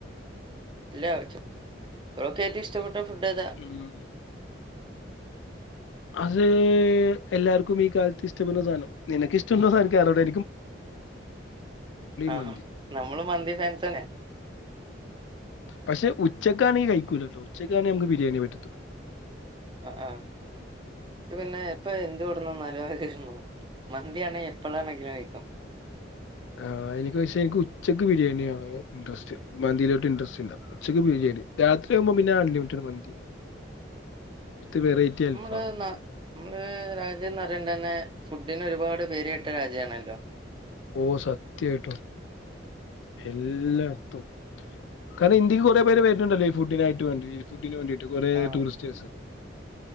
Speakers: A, on the right (about 25°); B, on the left (about 75°).
A: ഇല്ല. ഉച്ച <unintelligible> റ്റം ഇഷ്ടപ്പെട്ട ഫുഡ് ഏതാ
B: ഉം അത് എല്ലാർക്കും ഈ കാലത്ത് ഇഷ്പ്പെടുന്ന സാധനം നിനക്ക് ഇഷ്ടമുണ്ടോന്ന് എനിക്ക് അറിഞ്ഞൂടാ
A: ആഹാ
B: മന്തി
A: ഹാ നമ്മള് മന്തി ഫാൻസനെ
B: പക്ഷെ ഉച്ചക്കാണെ കഴി ഉച്ചക്കാനെ ബി രിയാണേ പറ്റത്തോളു
A: ആ ആഹ് പിന്നെ എപ്പൊ എന്ത് കൊടുണ്ടു വന്നാലും ഫിർന്നു മന്തിയാണെ എപ്പോളാണെങ്കിലും കഴിക്കും
B: ആ എനിക്ക് പക്ഷേ എനിക്ക് ഉച്ചയ്ക്ക് ബിരിയാണിയ ആണ് ഇൻട്രസ്റ്റ് മന്തിലോട്ട് ഇൻട്രസ്റ്റ് ഇല്ലാ ഉച്ചക്ക് ബിരിയാണി രാത്രി ആവുമ്പോം പിന്നെ അൺലിമിറ്റഡ് മന്തി വിത്ത് വെറൈറ്റി അൽഫാം.
A: നമ്മള് ന നമ്മള് രാജ രാന്ന് പറ തന്നെ ഫുഡിന് ഒരുപാട് പേര് ഇട്ട രാജ്യമാണല്ലോ
B: ഓ സത്യായിട്ടോ എല്ലാ എത്തും കാരണം ഇന്ത്യക്ക് കുറെേ പേര് വരുന്നുണ്ടല്ലേ ഈ ഫുഡിനായിട്ട് വേണ്ടി ഫുഡിന് വേണ്ടിട്ട് കുറെ
A: ആ
B: ടൂറിസ്റ്റ്